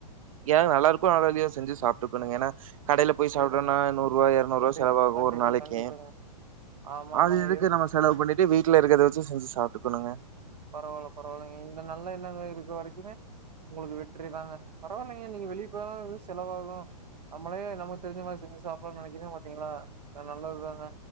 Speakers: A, on the right (about 55°); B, on the right (about 80°).
A: ஏது நல்லா இருக்கோ நல்ல இல்லயோ செஞ்சு சாப்ட்டுக்கணுங்க ஏன்னா கடையில போய்
B: சேரிங்க
A: சாப்ட்டோம்னா நூறு ரூவா இருநூறு
B: கண்டிப்
A: ரூவா செலவாகு
B: கண்டிப்பா
A: ஒரு நாளைக்கு
B: கண்டிப்பாங்க ஆமா
A: அது
B: ஆமாங்க
A: எதுக்கு நம்ம செலவு பண்ணிட்டு வீட்டுல இருக்கத வச்சு செஞ்சு சாப்ட்டுக்கணுங்க
B: பரவால பரவாயில்லைங்க இந்த நல்ல எண்ணங்க இருக்க வரைக்குமே உங்களுக்கு வெற்றி தாங்க பரவாயில்லைங்க நீங்க வெளியே போன செலவாகு நம்மளே நமக்கு தெரிஞ்ச மாரி செஞ்சு சாப்பிடனு நனைக்கிற பாத்தீங்களா நல்லது தாங்க